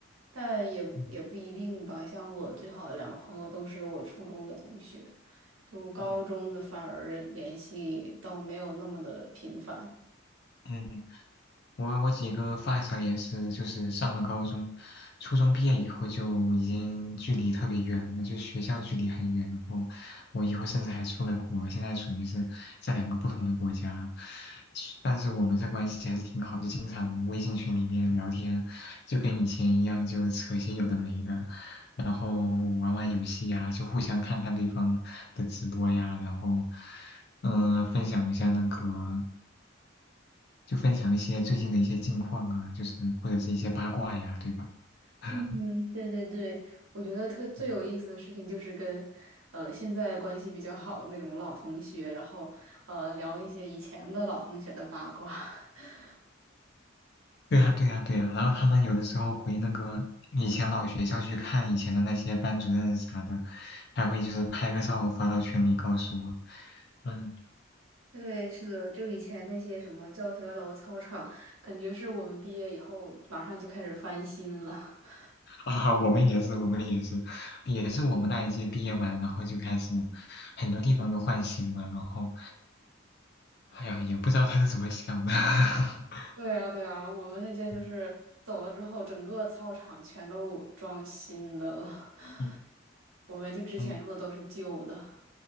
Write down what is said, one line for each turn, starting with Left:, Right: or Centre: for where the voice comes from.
Right: 但也也不一定吧。
Left: 嗯
Right: 像我最好的两个朋友都是我初中的同学，就高中的反而联系倒没有那么的频繁。
Left: 嗯嗯。我我几个发小也是，就是上了高中，初中毕业以后就已经距离特别远了，就学校距离很远。然后我以后甚至还出了国，现在属于是在两个不同的国家，其但是我们这关系还是挺好，就经常微信群里面聊天，就跟以前一样，就扯些有的没的，然后玩玩游戏呀，就互相看看对方的直播呀，然后嗯、呃分享一下那个。就分享一些最近的一些近况啊，就是或者是一些八卦呀，对吧？<laughs>
Right: 嗯，对对对，我觉得特最有意思的事情就是跟，
Left: 嗯
Right: 呃，现在关系比较好的那种老同学，然后呃聊一些以前的老同学的八卦。<laughs>
Left: 对呀，对呀，对呀。然后他们有的时候回那个以前老学校去看以前的那些班主任啥的，还会就是拍个照发到群里告诉我。嗯
Right: 对，是的，就以前那些什么教学楼、操场，感觉是我们毕业以后马上就开始翻新了。<laughs>
Left: <laughs> 啊，我们也是，我们也是，也是我们那一届毕业完，然后就开始很多地方都换新了，然后，哎呀，也不知道他是怎么想的。<laughs>
Right: 对啊，对啊，我们那届就是走了之后，
Left: 嗯
Right: 整个操场全都装新的了，<laughs>
Left: 嗯
Right: 我们就之前用的都是旧的。
Left: 嗯，